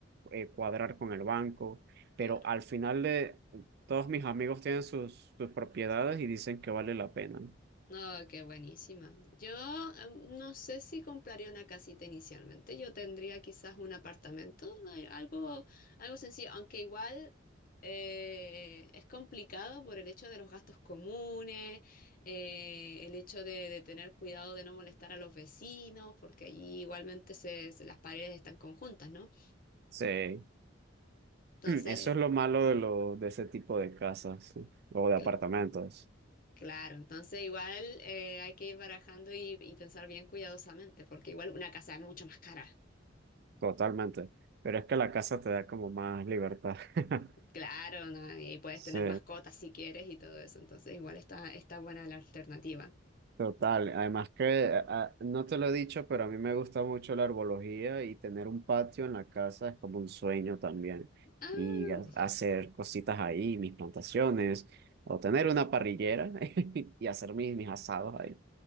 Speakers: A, on the right; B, on the left.
A: eh, cuadrar con el banco, pero
B: Claro.
A: al final de todos mis amigos tienen sus, sus propiedades y dicen que vale la pena.
B: No, qué buenísima. Yo em, no sé si compraría una casita inicialmente. Yo tendría quizás un apartamento, ¿no? Algo, algo sencillo, aunque igual eh, es complicado por el hecho de los gastos comunes, eh, el hecho de, de tener cuidado de no molestar a los vecinos, porque allí igualmente se, se- las paredes están conjuntas, ¿no?
A: Sí, <clears throat>
B: Entonces,
A: eso es lo malo de, lo, de ese tipo de casas sí, o de
B: Cl-
A: apartamentos,
B: Claro, entonces igual eh, hay que ir barajando y, y pensar bien cuidadosamente, porque igual una casa es mucho más cara.
A: totalmente. Pero es que la casa te da como más libertad. <laughs>
B: Claro, ¿no? Y puedes
A: Sí.
B: tener mascotas si quieres y todo eso, entonces igual está, está buena la alternativa.
A: Total, además que a- no te lo he dicho, pero a mí me gusta mucho la herbología y tener un patio en la casa es como un sueño también.
B: Ah,
A: Y ha-
B: ya.
A: hacer cositas ahí, mis plantaciones, o tener una parrillera <laughs> y hacer mis, mis asados ahí.